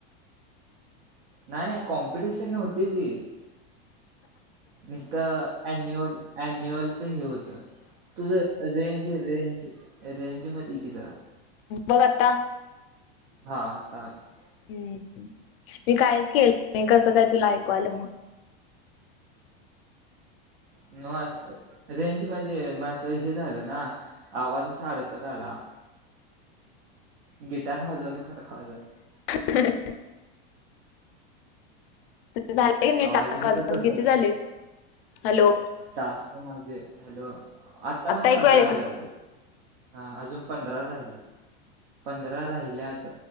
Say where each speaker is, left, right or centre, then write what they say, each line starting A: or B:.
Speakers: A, on the right; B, on the left.
A: नाय नाय कॉम्पिटिशन नव्हती ती निसतं ॲनिमल. अन्युअलचं हे होतं. तुझं रेंज रेंज रेंज मध्ये इकी जरा.
B: बघ आता.
A: हा आत्ता आलं.
B: हम मी कायच केलं नाही, कसं काय तुला ऐकू आलं मग.
A: म रेंज मध्ये मग असं हे झालं ना आवाज अडकत आला. गिटार वाजवल्या सारखा आवाज आला.
B: <unintelligible> झाले कणी
A: आवाज
B: टास्क, अजून
A: पण तसाच
B: किती झाले.
A: आहे.
B: हॅलो
A: टास्क माझे हॅलो, आता माझे
B: ऐकू
A: पंधरा
B: आले
A: <unintelligible>
B: का
A: बग. हा अजून पंधरा राहिल्यात पंधरा राहिल्यात.